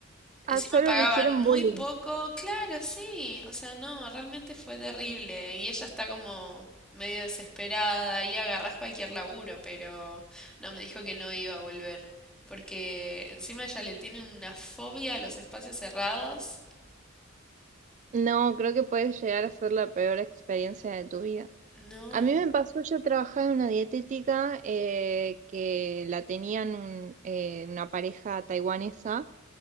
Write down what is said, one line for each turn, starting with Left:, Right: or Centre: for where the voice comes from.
Centre: encima
Right: Ah, solo
Centre: pagaban
Right: le hicieron
Centre: muy
Right: bullying.
Centre: poco, claro, sí, o sea, no, realmente fue terrible y ella está como medio desesperada y agarrás cualquier laburo, pero no, me dijo que no iba a volver, porque encima ella le tiene una fobia a los espacios cerrados.
Right: No, creo que puede llegar a ser la peor experiencia de tu vida.
Centre: No,
Right: A mí me pasó, yo trabajaba en una dietética eh, que la tenían un- eh, una pareja taiwanesa